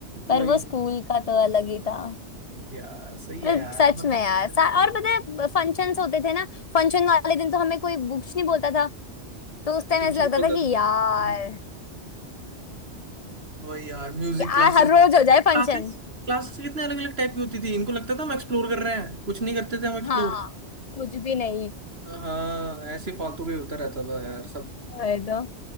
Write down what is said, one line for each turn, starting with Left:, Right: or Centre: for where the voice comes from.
Left: पर
Right: वही
Left: वो
Right: नहीं
Left: स्कूल का तो अलग ही था
Right: यार सही
Left: मतलब
Right: है यार
Left: सच
Right: मतलब
Left: में यार सा- और पता है फंक्शंस होते थे ना फंक्शन वाले दिन तो हमें कोई बुक्स नहीं बोलता था तो उस टाइम
Right: कुछ
Left: ऐसा
Right: नहीं
Left: लगता
Right: बोलता
Left: था कि
Right: था हम्म,
Left: यार
Right: वही यार म्यूजिक
Left: यार
Right: क्लासेस
Left: हर रोज हो
Right: भाई
Left: जाए
Right: क्लासेस
Left: फंक्शन
Right: क्लासेस कितने अलग अलग टाइप की होती थी इनको लगता था हम एक्सप्लोर कर रहे हैं कुछ नहीं करते थे हम एक्सप्लोर
Left: हाँ कुछ भी नहीं
Right: हाँ ऐसे फालतू का ही होता रहता था यार सब
Left: वही तो